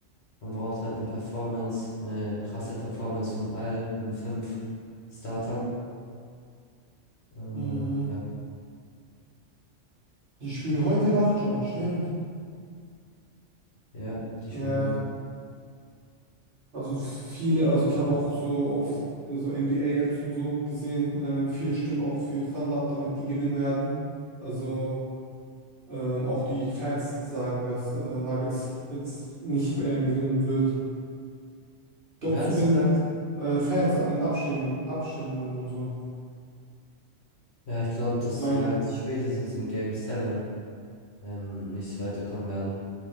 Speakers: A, on the left; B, on the right.
A: Man braucht halt eine Performance, eine krasse Performance von allen fünf Startern. Ähm,
B: Hm,
A: ja.
B: die spielen heute Nacht schon, stimmt.
A: Ja, die
B: Ja,
A: spielen heute.
B: also viele, also ich habe auch so auf so NBA-Apps und so gesehen, äh, viele stimmen auch für Thunder ab, damit die gewinnen werden. Also ähm, auch die Fans sagen, dass äh, Nuggets jetzt nicht mehr gewinnen wird. Glaubst
A: Wer hat's
B: du, wenn
A: gesagt?
B: äh, Fans in Abstimmen, Abstimmungen und so,
A: Ja, ich glaube,
B: die
A: dass
B: Meinung?
A: sie halt spätestens in Game 7 ähm, nicht weiterkommen werden.